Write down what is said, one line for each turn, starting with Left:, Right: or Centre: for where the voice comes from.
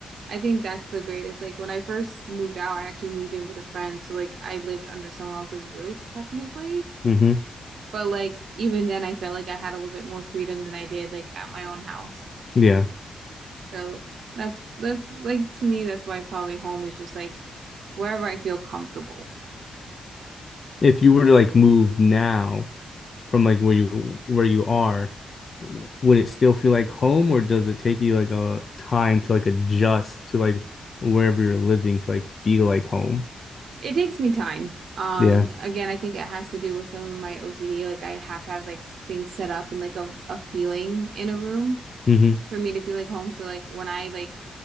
Right: I think that's the greatest. Like when I first moved out, I actually moved in with a friend, so like I lived under someone else's roof technically.
Left: hmm
Right: But like even then I felt like I had a little bit more freedom than I did like at my own house.
Left: Yeah.
Right: So that's that's like to me that's why probably home is just like wherever I feel comfortable.
Left: If you were to like move now from like where you where you are, would it still feel like home or does it take you like a time to like adjust to like wherever you're living to like feel like home?
Right: It takes me time. Um
Left: Yeah.
Right: again, I think it has to do with some of my OCD. Like I have to have like s- things set up and like a, a feeling in a room
Left: hmm
Right: for me to feel like home. So like when I like